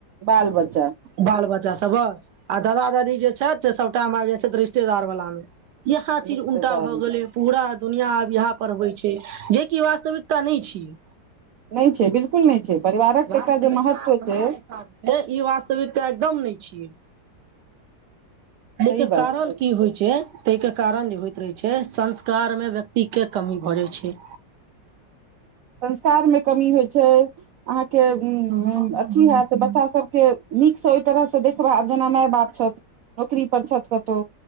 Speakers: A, on the right; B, on the right.
A: बाल बच्चा।
B: बाल बच्चा सभ बस आ दादा दादी जे छथि से सभटाइम आबि जाइ छथि रिश्तेदार बला मे यहा चीज
A: रिश्तेदार
B: उलटा भए गेले पूरा दुनिया आब यहा जेकि वास्तविकता नहि छीय
A: नहि छै बिल्कूल नहि छै परिवारकऽ
B: वास्तविकता
A: एकटा जे महत्व
B: हमरा
A: छै
B: ई वास्तविकता एकदम नहि छिये एहि
A: सही
B: के
A: बात
B: कारण
A: छै
B: कि होई छै तेय के कारण जे होइत रहे छै संस्कार मे व्यक्ति के कमी भऽ जाई छै
A: संस्कारमे कमी होइत छै अहाँकेँ
B: स्वभाव
A: इ
B: नहि
A: अथी
B: बनै
A: हत
B: छै
A: बच्चा सभ क नीकसँ ओहि तरहसँ देखबा आब जेना माय बाप छथि नौकरी पर छथि कतहु